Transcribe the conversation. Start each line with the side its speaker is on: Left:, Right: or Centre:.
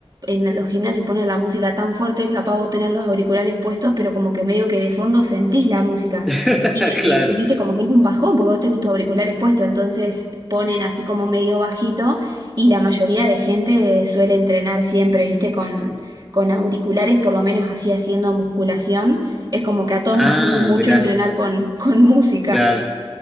Right: en los gimnasios ponen la música tan fuerte que capaz vos tenés los auriculares puestos, pero como que medio que de fondo sentís la música.
Centre: <laughs>
Right: Y,
Centre: claro.
Right: y viste, como que es un bajón, porque vos tenés tus auriculares puestos, entonces ponen así como medio bajito y la mayoría de gente suele entrenar siempre, viste, con, con auriculares, por lo menos así haciendo musculación. Es como que a todos
Centre: Ah,
Right: nos sirve mucho
Centre: mirá,
Right: entrenar con, con música.
Centre: claro,